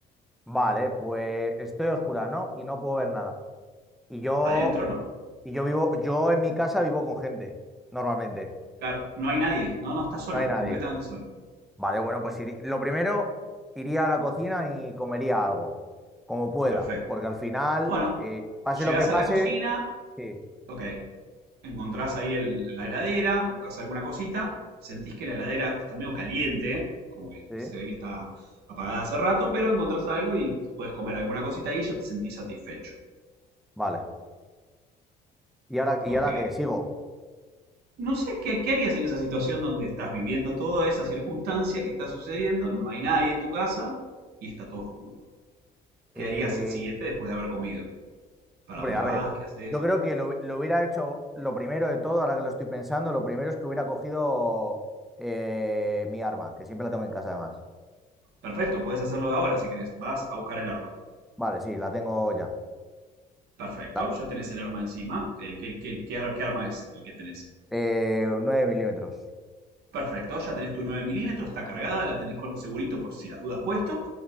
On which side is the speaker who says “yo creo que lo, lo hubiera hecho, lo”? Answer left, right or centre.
Centre